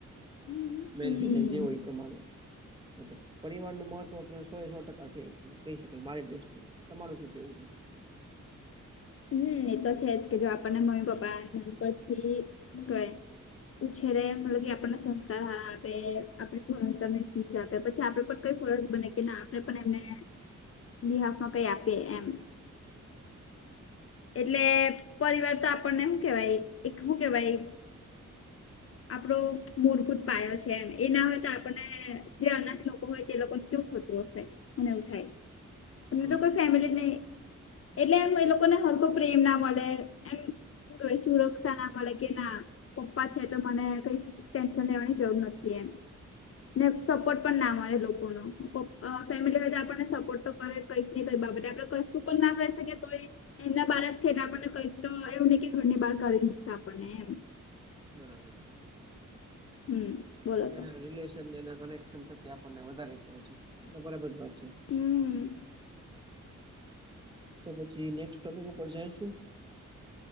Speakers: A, on the left; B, on the right.
A: હમ
B: મેલ ફિમેલ જે હો એ પ્રમાણે એટ પરિવાર નું મહત્વ સો એ સો ટકા છે એ કહી શકાય મારી દ્રષ્ટિએ તમાર શું કેવું છે
A: હમ એ તો છે જ કે જો આપણને મમ્મી પપ્પા નાન પરથી કહે ઉછેરેે મતલબ કે આપણને સંસ્કાર હાર આપે આપે ભણ તરને આપે પછી આપડ પણ કઈ ફરજ બને કે આપણે પણ એમને બિહાફમાં કઈ આપીએ એમ એટલે પરિવાર તો આપણને હું કેવાય એક શું કેવાય આપડો મૂળભૂત પાયો છે એમ એ ના હોય તો આપણને જે અનાથ લોકો હોય તે લોકો એટલું થતું હશે અનેને એવું થાય એમને
B: હા
A: તો કોઈ ફેમિલી નહી એટલે એમ એ લોકો ને હળખ પ્રેમ ના મળે એમ શું સુરક્ષા નામા કે ના પપ્પા તો મને કઈ ટેન્શન લેવાની જરૂર નથી એમ. ને સપોર્ટ પણ ના મળે એલોકો નો ફેમિલી હોયતો આપણને સપોર્ટ તો કંઈક ને કઈ બાબતે આપડે કશુ પણ ના કરી શકીયે તોય એમના બાળક છે એટલે આપણને કઈ તો એવુ નહી કે ઘરની બહાર કાઢી મૂકશે આપણને એમ.
B: બરાબર છે.
A: હમ બોલો
B: અને
A: તો
B: એના રિલેશન અને એના કનેક્શન થકી આપણને વધારે ખબર છે તો બરાબર જ વાત છે.
A: હમ
B: તો પછી નેક્સ્ટ ટોપિક ઉપર જઈશુ?